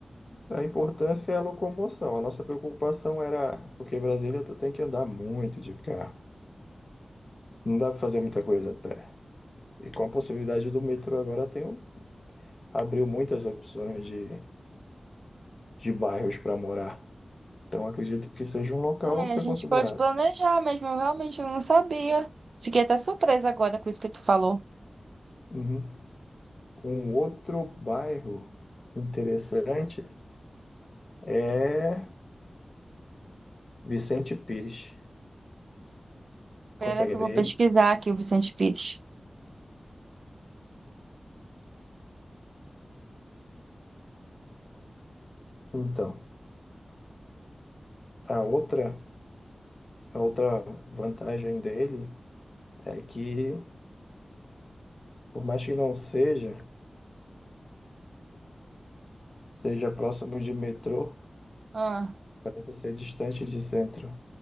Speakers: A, on the left; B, on the right.
A: A importância é a locomoção. A nossa preocupação era, porque Brasília tu tem que andar muito de carro. Não dá para fazer muita coisa a pé. E com a possibilidade do metrô agora tem um- abriu muitas opções de, de bairros para morar. Então acredito que seja um local
B: É,
A: a ser
B: a gente
A: considerado.
B: pode planejar mesmo, eu realmente não sabia. Fiquei até surpresa agora com isso que tu falou.
A: Uhum. Um outro bairro interessante é Vicente Pires.
B: Pera
A: Consegue
B: que
A: abrir
B: eu vou pesquisar
A: aí?
B: aqui o Vicente Pires.
A: Então, a outra, a outra vantagem dele é que, por mais que não seja, seja próximo de metrô,
B: Ah,
A: parece ser distante de centro.